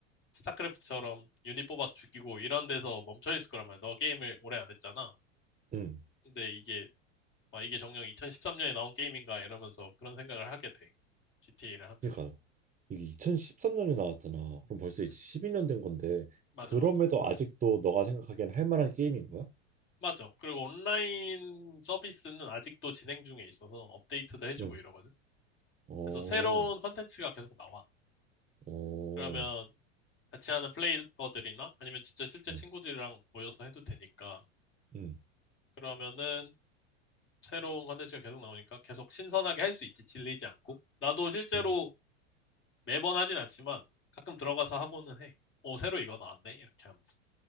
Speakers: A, on the left; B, on the right.
A: 스타크래프트처럼 유닛 뽑아서 죽이고 이런 데서 멈춰 있을 거란 말이야. 너 게임을 오래 안 했잖아.
B: 응.
A: 근데 이게 아, 이게 정녕 2013년에 나온 게임인가 이러면서 그런 생각을 하게 돼. GTA를 하면.
B: 그러니까 이게 2013년에 나왔잖아. 그럼 벌써 이제
A: 음,
B: 12년 된 건데
A: 맞아,
B: 그럼에도
A: 맞아.
B: 아직도 너가 생각하기엔 할 만한 게임인 거야?
A: 맞아. 그리고 온라인 서비스는 아직도 진행 중에 있어서 업데이트도 해주고
B: 응.
A: 이러거든.
B: 어,
A: 그래서 새로운 컨텐츠가 계속 나와.
B: 어,
A: 그러면 같이 하는 플레이어들이나 아니면 진짜 실제
B: 응,
A: 친구들이랑 모여서 해도 되니까.
B: 응,
A: 그러면은 새로운 컨텐츠가 계속 나오니까 계속 신선하게 할 수 있지. 질리지 않고. 나도 실제로
B: 응.
A: 매번 하진 않지만 가끔 들어가서 하고는 해. 오, 새로 이거 나왔네? 이렇게 하면서.